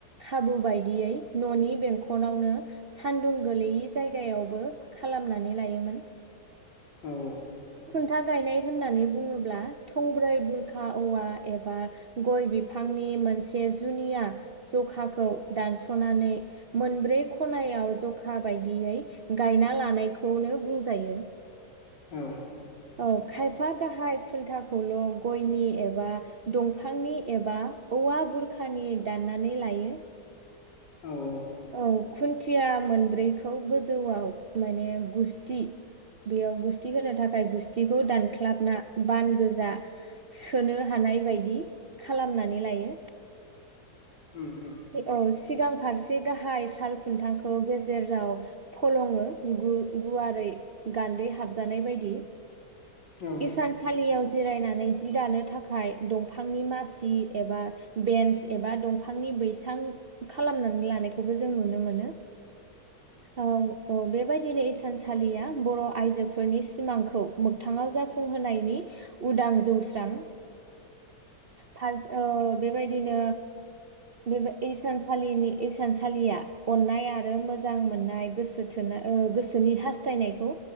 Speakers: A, on the right (about 70°); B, on the left (about 80°).
A: खाबु बायदियै न' नि बेंखनावनो सान्दुं गोलैयै जायगायावबो खालामनानै लायोमोन।
B: औ औ।
A: था गायनाय होननानै बुङोब्ला थंब्रै बुरखा औवा एबा गय बिफांनि मोनसे जुनिया जखाखौ दानस'नानै मोनब्रै खनायाव ज जखा बायदियै गायना लानायखौनो बुंजायो।
B: औ।
A: औ खायफा गाहाय खुन्थाखौल' गयनि एबा दंफांनि एबा औवा बुरखानि दाननानै लायो।
B: औ औ।
A: औ खुन्थिया मोनब्रैखौ गोजौआव माने गुस्थि बेयाव गुस्थि होनो थाखाय गुस्थिखौ दानख्लाबना बान गोजा सोनो हानाय बायदि खालामनानै लायो।
B: उम उम
A: सि औ सिगां फारसे गाहाय साल खुन्थाखौ गेजेराव फ'लङो गु-गुवारै गान्दै हाबजानाय बायदि।
B: औ औ
A: इसानसालियाव जिरायनानै जि दानो थाखाय दं फांनि मासि एबा बेन्स एबा दंफांनि बैसां खालामनानै लानाय खौबो जों नुनो मोनो। औ। औ बेबायदिनो इसानसालिया बर' आइजोफोरनि सिमांखौ मोगथाङाव जाफुंहोनायनि उदां जौस्रां पार्ट ओ बेबायदिनो बेबाय इसानसालिनि इसानसालिया अन्नाय आरो मोजां मोननाय गोसो थोनाय ओ गोसोनि हास्थायनायखौ